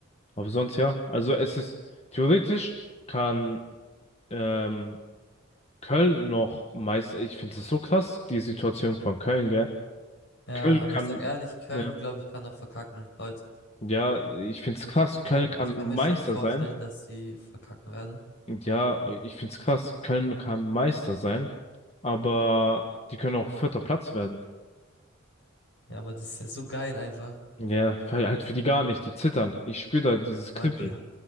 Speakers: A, on the left (about 30°); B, on the left (about 60°).
A: Aber sonst ja. Also es ist theoretisch kann ähm, Köln noch meist. Ich finde es so krass, die Situation von Köln, gell?
B: Ja,
A: Köln
B: aber
A: kann,
B: ich sag ehrlich, Köln,
A: ja,
B: glaube ich, kann noch verkacken heute.
A: ja, ich finde es krass, Köln
B: kann,
A: kann
B: ich kann
A: Meister
B: mir schon vorstellen,
A: sein.
B: dass sie verkacken werden.
A: Und ja, ich finde es krass, Köln kann Meister sein, aber die können auch vierter Platz werden.
B: Ja, aber das ist ja so geil einfach.
A: Ja, weil halt für die gar nicht, die zittern. Ich spüre da dieses
B: Aber
A: Kribbeln.
B: die, ha-